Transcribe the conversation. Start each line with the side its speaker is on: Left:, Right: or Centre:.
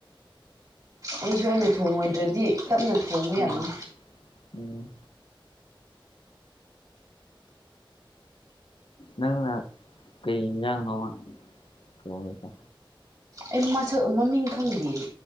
Right: ꯑꯩꯁꯨ ꯑ ꯑꯣꯏꯅ ꯊꯣꯡꯉꯣꯏꯗ꯭ꯔꯗꯤ ꯇꯞꯅ ꯊꯣꯡꯕ
Left: ꯎꯝ
Right: ꯌꯥꯅꯤ
Left: ꯎꯝ ꯅꯪꯅ ꯀꯩ ꯢꯟꯖꯥꯡꯅꯣ ꯊꯣꯡꯗꯣꯏꯁꯦ
Right: ꯑꯩ ꯃꯁꯛ ꯃꯃꯤꯡ ꯈꯪꯗꯤꯌꯦ